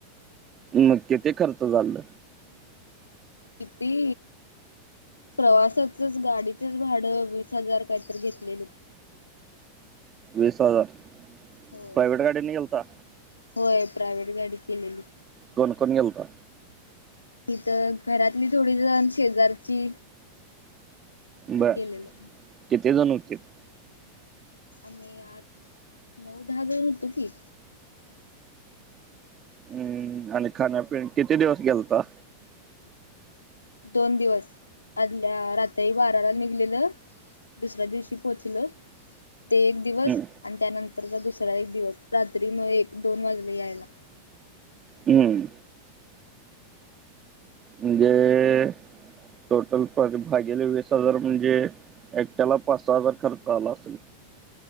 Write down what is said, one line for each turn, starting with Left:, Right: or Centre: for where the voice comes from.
Right: मग किती खर्च झाल.
Left: किती? प्रवासाचच गाडीचच भाडं वीस हजार काहीतरी घेतलेले.
Right: वीस हजार
Left: होय
Right: प्रायवेट गाडीनी गेलता!
Left: होय प्रायव्हेट गाडी केलेली.
Right: कोण कोण गेलता?
Left: अ घरातली थोडी जण शेजारची.
Right: बरं
Left: गेलेलो
Right: किती जण होत्यात?
Left: आम्ही आठ नऊ दहा जण होतो की.
Right: हूं आणि खाण्यापिण किती दिवस गेलता.
Left: दोन दिवस आदल्या रात्री बाराला निघलेलं. दुसऱ्या दिवशी पोहोचलं ते. दिवस
Right: हम्म
Left: आणि त्यानंतरचा दुसरा एक दिवस, रात्री मग एक दोन वाजले यायला.
Right: हूं! म्हणजे! टोटल भागेले वीस हजार म्हणजे, एकट्याला पाच सहा हजार खर्च आला असेल.